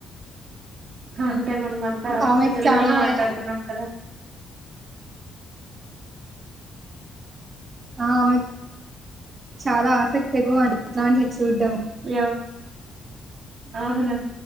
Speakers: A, on the right; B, on the right.
A: అంటే మనం అంతా అచ్చ
B: ఆమెకి
A: తెలుగులో
B: చానా
A: మాట్లాడుతున్నాం. కదా
B: ఆ ఆమెకి చాలా ఆసక్తిగ అది ఇట్లాంటివి చూడ్డం
A: ఎవ <unintelligible> అవును